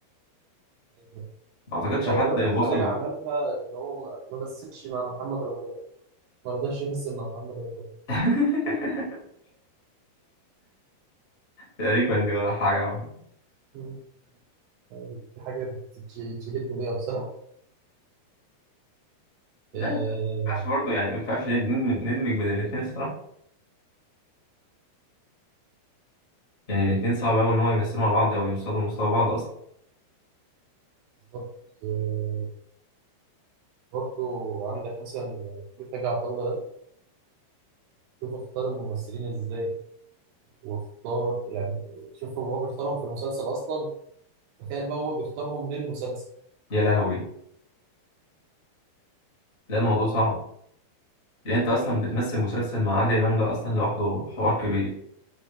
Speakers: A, on the right; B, on the left.
A: أيوة.
B: ما أعتقدش
A: هو
B: حد
A: تقريبا
B: وصل
A: احلى حاجه عملها ان هو ما ما مثلش مع محمد رمضان ما رضاش يمثل مع محمد رمضان
B: <laughs> تقريبا دي ولا حاجة عملها.
A: مم. يعني دي حاجه بت- تهد بيها بصراحه
B: لا
A: آه،
B: ما ينفعش برضه يعني ما ينفعش ند- ند- ندمج بين الاتنين الصراحة يعني الاتنين صعب أوي إن هو يمثلوا مع بعض أو يوصلوا لمستوى بعض أصلا
A: بالظبط آه، برضو عندك مثلا بيت نجا عطا الله ده شوف اختار الممثلين ازاي واختار يعني شوف هو بيختارهم في المسلسل اصلا تخيل بقى هو بيختارهم للمسلسل
B: يا لهوي لا الموضوع صعب لان انت اصلا بتمثل مسلسل مع عادل امام ده اصلا لوحده حوار كبير